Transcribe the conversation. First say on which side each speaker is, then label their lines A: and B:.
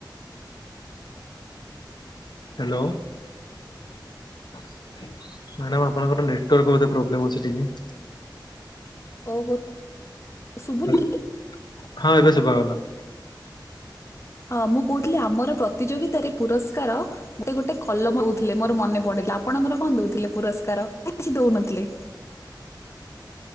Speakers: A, on the left (about 65°); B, on the left (about 35°).
A: ହାଲୋ। ମାଡ଼ାମ୍ ଆପଣଙ୍କର ନେଟୱାର୍କ ବୋଧେ ପ୍ରୋବ୍ଲେମ୍ ଅଛି ଟିକେ।
B: ଓହୋ। ଶୁଭୁନି
A: ହରେ
B: କି?
A: ହଁ ଏବେ ଶୁଭାଗଲା।
B: ହଁ ମୁଁ କୋହୁଥିଲି ଆମର ପ୍ରତିଯୋଗିତାରେ ପୁରସ୍କାର ଗୋଟେ ଗୋଟେ କଲମ ଓଉଥୁଲେ ମୋର ମନେ ପଡ଼େ। ଆପଣଙ୍କର କଁ ଦଉଥୁଲେ ପୁରସ୍କାର ଇ କିଛି ଦୋଉନଥୁଲେ?
A: <inaudible>